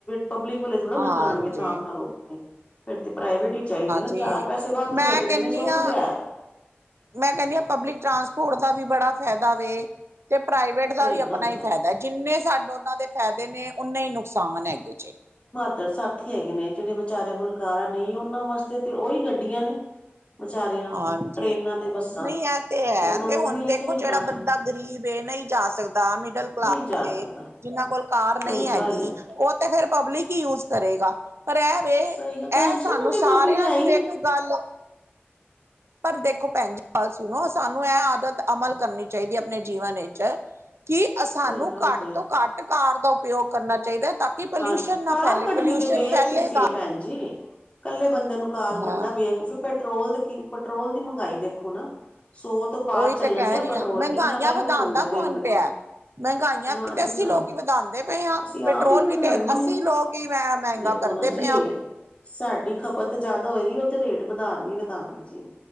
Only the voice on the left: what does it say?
ਪਬਲਿਕ ਵਾਲੇ ਥੋੜਾ ਨਾ
ਕਰਾਂਣਗੇ। ਰੋ ਫਿਰ ਤੇ ਪ੍ਰਾਈਵੇਟ ਹੀ ਚਾਹੀਦੀ ਐ ਨਾ। ਚਾਰ
ਪੈਸੇ ਵਾਧੂ
ਰੱਖਦੇ
ਨੇ ਸੁੱਖ
ਤੇ ਐ।
ਸਹੀ
ਗੱਲ ਚ
ਪੱਤਰ ਸਾਥੀ ਹੈਗੇ ਨੇ। ਜਿਹੜੇ ਵਿਚਾਰਿਆਂ ਕੋਲ ਕਾਰਾਂ ਨਹੀਂ ਉਹਨਾਂ ਵਾਸਤੇ ਤੇ ਉਹੀ ਗੱਡੀਆਂ ਨੇ। ਵਿਚਾਰਿਆਂ ਵਾਸਤੇ
ਟਰੇਨਾਂ ਤੇ ਬੱਸਾਂ
ਉਹਨਾਂ
ਨੂੰ
ਉਹਦੀਆਂ
ਹੀ ਸਹੂਲਤਾਂ
ਨੇ
ਨਹੀਂ ਜਾ
ਸਕਦਾ
ਸਹੀ
ਗੱਲ ਹੈ
ਸਹੀ ਗੱਲ ਭੈਣ ਜੀ
ਉਹਨਾਂ ਦੇ
ਕੋਲ ਕੋਈ ਹੈ
ਹੀ ਨਹੀਂ
ਸਹੀ
ਗੱਲ
ਜੇ
ਹਾਂਜੀ
ਕਾਰ
ਕੱਢਣੀ
ਤੇ ਬੇਵਕੂਫੀ
ਹੈ ਭੈਣ ਜੀ ਇਕੱਲੇ ਬੰਦੇ ਨੂੰ ਕਾਰ
ਕੱਢਣਾ ਬੇਵਕੂਫੀ ਪੈਟਰੋਲ ਦੇ ਕੀ ਪੈਟਰੋਲ ਦੀ ਮਹਿੰਗਾਈ ਦੇਖੋ ਨਾ। ਸੌ ਤੋਂ ਪਾਰ
ਚੱਲਣ
ਡਿਆ
ਪੈਟਰੋਲ
ਕਿੰਨਾ ਮਹਿੰਗਾ
ਹੋਣ ਡਿਆ ਦਿਨ
ਬ
ਦਿਨ।
ਨਾ
ਜੀ
ਨਾ
ਅਸੀਂ
ਆਪ ਹੀ
ਵਧਾਣ
ਡੇ
ਆ
ਦੇਖੋ
ਨਾ ਜੀ
ਸਾਡੀ ਖਪਤ ਜਿਆਦਾ ਹੋਏਗੀ ਉਹ ਤੇ ਰੇਟ ਵਧਾਂਣਗੇ ਈ ਵਧਾਂਣਗੇ ਜੀ।